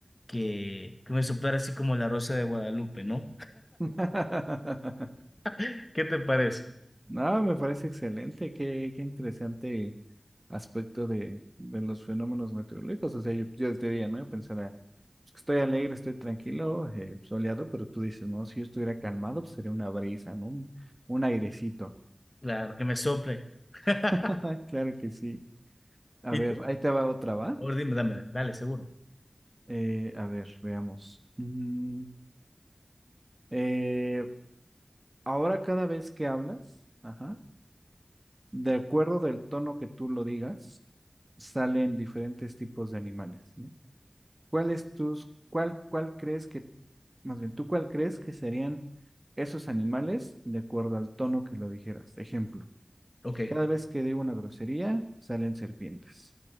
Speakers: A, on the left; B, on the right.
A: que, que me soplara así como la rosa de Guadalupe, ¿no?
B: <laughs>
A: <laughs> ¿Qué te parece?
B: No, me parece excelente, qué, qué interesante aspecto de, de los fenómenos meteorológicos. O sea, yo, yo te diría, ¿no? Yo pensara, pues, que estoy alegre, estoy tranquilo, eh, soleado, pero tú dices, no, si yo estuviera calmado, pues sería una brisa, ¿no? Un, un airecito.
A: Claro, que me sople. <laughs>
B: <laughs> Claro que sí. A
A: ¿Y
B: ver,
A: tú?
B: ahí te va otra, ¿va?
A: Ahora dime, dámela, dale, seguro.
B: Eh, a ver, veamos. Mm, eh, ahora cada vez que hablas, ajá, de acuerdo del tono que tú lo digas, salen diferentes tipos de animales, ¿no? ¿Cuál es tus, cuál, cuál crees que, más bien, tú cuál crees que serían esos animales de acuerdo al tono que lo dijeras? Ejemplo,
A: Ok.
B: cada vez que digo una grosería, salen serpientes.